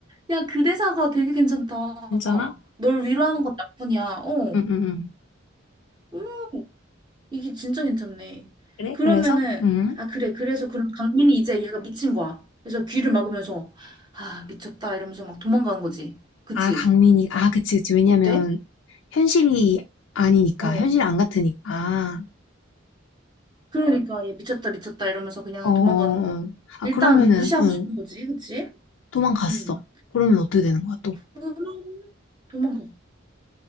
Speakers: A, on the right; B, on the left.
A: 야, 그 대사가 되게 괜찮다.
B: 괜찮아?
A: 널 위로하는 건 나뿐이야. 어,
B: 응, 응, 응.
A: 음, 이게 진짜 괜찮네.
B: 그래?
A: 그러면은,
B: 그래서? 응.
A: 아, 그래. 그래서 그럼 강민이 이제 얘가 미친 거야. 그래서 귀를 막으면서, 아, 미쳤다. 이러면서 막 도망가는 거지. 그치?
B: 아, 강민이, 아, 그치, 그치. 왜냐면,
A: 어때?
B: 현실이 아니니까,
A: 어.
B: 현실 안 같으니까.
A: 그러니까 얘 미쳤다, 미쳤다. 이러면서 그냥
B: 어, 어,
A: 도망가는 거야.
B: 어. 아,
A: 일단
B: 그러면은,
A: 무시하고
B: 어,
A: 싶은 거지. 그치?
B: 도망갔어.
A: 응.
B: 그러면 어떻게 되는 거야, 또?
A: 그럼 도망가.